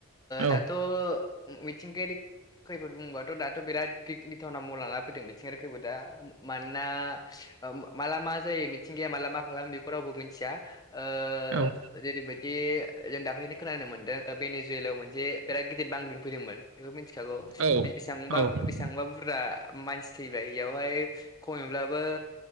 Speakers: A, on the right (about 70°); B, on the left (about 15°).
A: औ
B: दाथ मिथिंगारि खैफोद बुङोबाथ दाथ बिराद गि गिथावना महर लाना फैदों मिथिंगायारि खैफोदा मानोना ओम माला मा जायो मिथिंगायाया माला मा खालामो बेखौ रावबो मिथिया ओ
A: औ
B: जेरैबायदि जों दाखैलिनो खोनानो मोनदों बेनि जोलाव मोनसे बेराद गिदिर बांग्रिं फैदोंमोन बेखौथि मिथिखागौ
A: औ
B: बेसां
A: औ
B: बेसेबां बुरजा मानसि थैबाय यावहाय खमब्लाबो